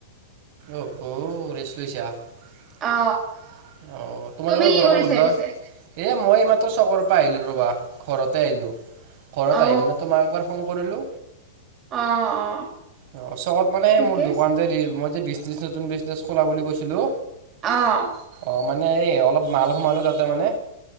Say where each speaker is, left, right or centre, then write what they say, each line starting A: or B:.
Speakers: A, on the right; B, on the right.
A: অহ, অ', ৰেষ্ট লৈছা? আহ,
B: অ
A: তোমাৰ
B: তুমি
A: লোকৰ
B: কি
A: গৰমৰ
B: কৰিছা
A: বন্ধ
B: পিছে
A: এই, মই এইমাত্ৰ চকৰৰ পৰা আহিলোঁ ৰ'বা, ঘৰতে আহিলোঁ, ঘৰত
B: অ
A: আহি পিনে তোমাক একবাৰ ফোন কৰিলো,
B: অ অ
A: অ', চকত মানে
B: ঠিকে
A: মোৰ দোকান
B: আছে
A: যে দিম মই বিজনেচ নতুন বিজনেছ খোলা বুলি কৈছিলো।
B: অ'।
A: অ' মানে এই, অলপ মাল সোমালো তাতে মানে।